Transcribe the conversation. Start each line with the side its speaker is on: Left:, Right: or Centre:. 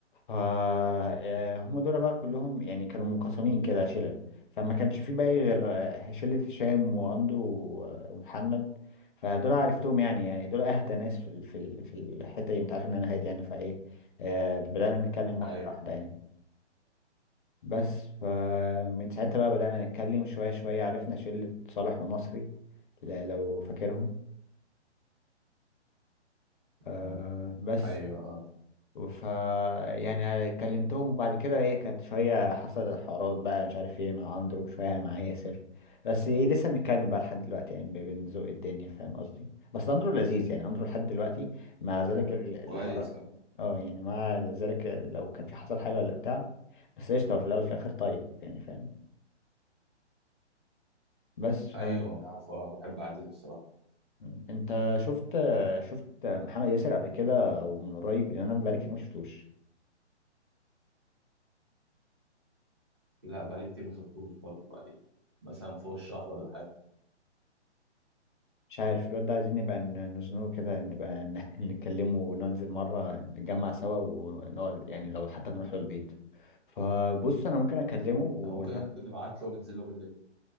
Left: ف آه، هم دول بقى كلهم يعني كانوا منقسمين كده شلل فما كانش في بقى إيه غير آه، شلة هشام واندرو و- ومحمد فدول عرفتهم يعني يعني دول اهدى ناس في ال- في ال- في الحتة دي انت عارف ان انا هادي يعني فايه آه، بدأنا نتكلم واحدة
Right: ايوه
Left: واحدة يعني بس فمن ساعتها بقى بدأنا نتكلم شوية شوية عرفنا شلة صالح ونصري ل- لو فاكرهم آه،
Right: آه،
Left: بس
Right: ايوه آه.
Left: ف يعني كلمتهم وبعد كده ايه كانت شوية حصلت حوارات بقى مش عارف ايه مع اندرو شوية مع ياسر بس ايه لسه بنتكلم بقى لحد دلوقتي يعني بن- بنزق الدنيا فاهم قصدي بس اندرو لذيذ يعني اندرو لحد دلوقتي مع ذلك
Right: ايوه طب
Left: ال-
Right: كويس
Left: الحوار
Right: آه.
Left: اه يعني مع ذلك لو كان في حصل حاجة ولا بتاع بس قشطة هو في الأول وفي الآخر طيب يعني فاهم بس ف...
Right: ايوه ما انا عارفه آه. بحب اعدله الصراحه
Left: م. انت شفت شفت محمد ياسر قبل كده او من قريب لان انا بقالي كتير ما شفتوش
Right: لا بقالي كتير ما شفتوش برضه بقالي مثلا فوق الشهر ولا حاجه
Left: مش عارف الواد ده عايزين نبقى ن- نزنقه كده نبقى ن- <laughs> نتكلمه وننزل مرة نتجمع سوا ونقعد يعني لو حتى نروح له البيت فبص انا ممكن اكلمه ون...
Right: ممكن ممكن نبعت له وننزل له بالليل